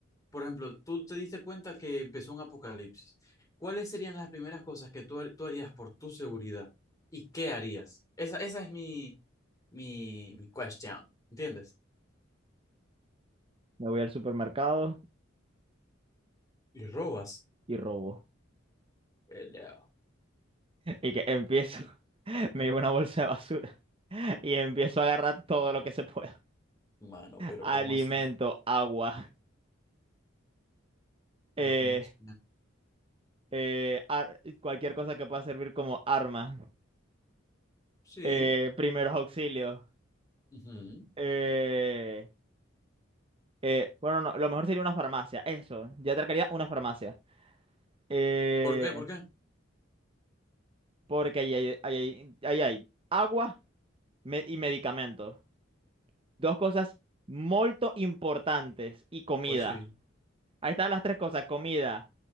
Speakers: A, on the left; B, on the right.
A: por ejemplo, tú te diste cuenta que empezó un apocalipsis. ¿Cuáles serían las primeras cosas que tú, har- tú harías por tu seguridad? ¿Y qué harías? Esa, esa es mi, mi, mi question, ¿entiendes?
B: Me voy al supermercado
A: Y robas.
B: y robo.
A: Pelea.
B: Y que empiezo. <laughs> Me llevo una bolsa de basura <laughs> y empiezo a agarrar todo lo que se pueda.
A: Mano, pero
B: Alimento,
A: ¿cómo así?
B: agua,
A: Pero
B: eh,
A: ¿cómo así?
B: eh, ar- cualquier cosa que pueda servir como arma,
A: Sí.
B: eh, primeros auxilios.
A: ujú.
B: eh, eh, bueno, no, lo mejor sería una farmacia, eso. Ya atracaría una farmacia. Eh,
A: ¿Por qué? ¿Por qué?
B: porque ahí hay, ahí hay- ahí hay agua me- y medicamentos. Dos cosas muy importantes y comida.
A: Pues sí.
B: Ahí están las tres cosas, comida,